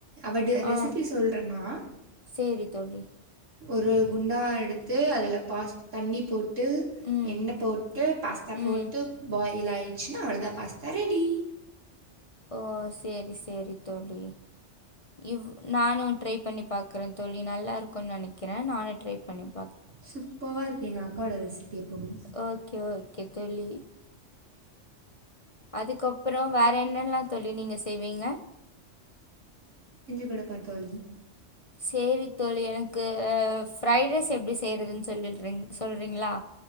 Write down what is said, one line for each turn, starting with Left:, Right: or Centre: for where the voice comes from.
Right: அவ ரெசிபி
Left: ஆ
Right: சொல்றேண்ணா
Left: சேரி தோழி
Right: ஒரு குண்டா எடுத்து அதில் பாஸ் தண்ணி போட்டு போட்டு
Left: ம்
Right: எண்ண போட்டு பாஸ்தா
Left: ம்
Right: போட்டு பாயில் ஆயிட்டு ச்சு அவளதான் பாஸ்தா ரெடி
Left: ஓ செரி செரி தோழி இவ் நானு ட்ரை பண்ணி பாக்குறே தோழி நல்லா இருக்கும்னு நெனைக்கிறே நானே ட்ரை பண்ணி பா
Right: சுப்பர்வா இருக்கு எங்க அக்காவோட ரெசிபி எப்போவுமே
Left: ஓக்கே ஓக்கே தோழி அதுக்கப்புறம் வேற என்னல்லாம் தோழி நீங்க செய்வீங்க
Right: குடுப்பன் தோழி
Left: செரி தோழி எனக்கு ஃபரைட் ரைஸ் எப்டி செய்யறதுன்னு சொல்லிற் சொல்றீங்களா